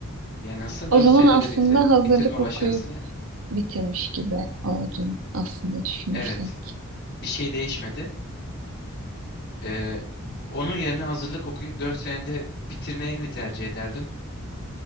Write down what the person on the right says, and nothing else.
O
zaman
aslında
hazırlık
okuyup. bitirmiş gibi oldun aslında düşünürsek.